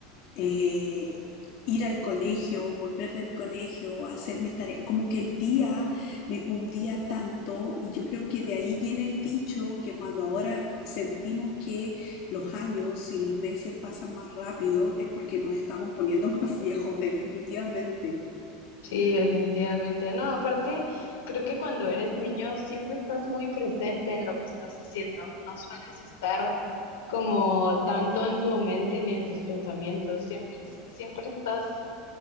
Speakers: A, on the left; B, on the left.
A: eh, ir al colegio, volver del colegio, hacer mis tareas, como que el día me cundía tanto y yo creo que de ahí viene el dicho que cuando ahora sentimos que los años y los meses pasan más rápido es porque nos estamos poniendo <laughs> más viejos definitivamente.
B: Sí, definitivamente. No, aparte, creo que cuando eres niño siempre estás muy presente en lo que estás haciendo. No sueles estar como tanto en tu mente ni en tus pensamientos. Siempre, es- siempre estás